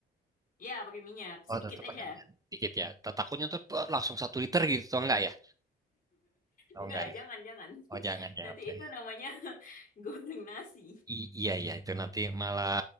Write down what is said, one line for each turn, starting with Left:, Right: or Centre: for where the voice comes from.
Left: Ya, pakai minyak
Right: Oh,
Left: sedikit
Right: tetap
Left: aja.
Right: pakai minyak. Dikit ya. Takutnya tuh bah, langsung satu liter gitu, atau enggak ya? Oh
Left: Enggak,
Right: enggak ya.
Left: jangan, jangan. <laughs>
Right: Oh jangan ya,
Left: Nanti
Right: oke.
Left: itu namanya <laughs> goreng nasi.
Right: I- iya iya itu nanti malah